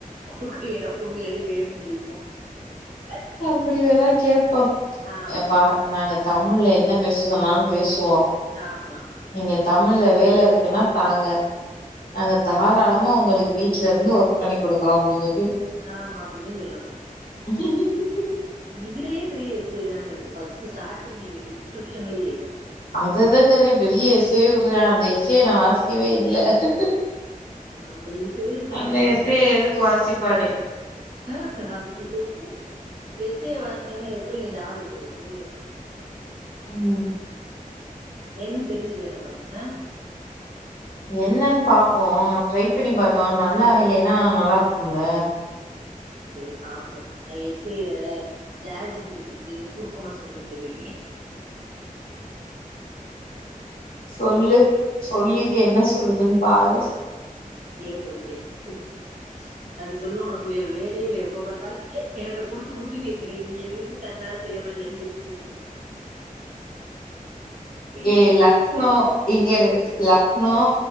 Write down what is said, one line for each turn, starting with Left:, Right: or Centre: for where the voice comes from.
Right: குறுக்க இடம் குடுங்க இல்லாட்டி வேணுஞ் சொல்லிருவோ <unintelligible>
Left: அப்டி வேணா கே ப்போம்
Right: ஆமா
Left: எப்பா நாங்க தமிழ்ல என்ன பேச சொன்னாலு பேசுவோ
Right: நாம்
Left: நீங்க தமிழ்ல வேல இருக்குன்னா தாங்க நாங்க தாராளமா ஒங்களுக்கு வீட்ல இருந்து ஒர்க் பண்ணி குடுக்குறோ அப்டின்னு சொல்லி
Right: ஆமா அப்டிதா சொல்லணு
Left: <unintelligible>
Right: இதுலயே பெரிய விச சே தானங்க இருக்கு ஃப்ஸ்ட்டு ஸ்டாடிங்லேயே டிஸ்கிரிப்ஷன்லயே
Left: அத தா சொல்றே பெரிய எஸ்ஸேவே குடுத்துருக்கானா அந்த ஏசி நா வாசிக்கவே இல்ல இல்ல
Right: நம்மட்ட இருக்கவே இருக்கு
Left: அந்த
Right: நம்ம
Left: எஸ்ஸேய எதுக்கு வாசிப்பாரு <unintelligible>
Right: ஆ அப்டியா பேசி பே வசிக்காம எப்டிங்க ஜாப்ல சேருரது
Left: உம்
Right: என்னன்னு தெரிஞ்சுக்க வேண்டாமா ஆ
Left: என்னன்னு பாப்போ ட்ரை பண்ணி பாத்தோ நல்லா வேலன்னா நல்லா இருக்குல
Right: செரி பாப்போ நா எஸ்ஸைய ஜாட் ஜிபிடி கிட்ட குடுத்து இத சுருக்கமா சொல்லுன்னு சொல்லிருவே
Left: சொல்லு சொல்லிட்டு என்ன சொல்லுதுனு பாரு
Right: கேப்போ கேப்போ அது சொல்லு ஒனக்கு வேற வேலயே இல்ல எப்ப பாத்தாலு என்னட்ட குடுத்து குடுத்து கேக்குற நீ எதுவுமே தன்னால செய்ய மாட்டியான்னு கேக்கு ஐயோ
Left: ஏ லக்னோ இங்கரு லக்னோ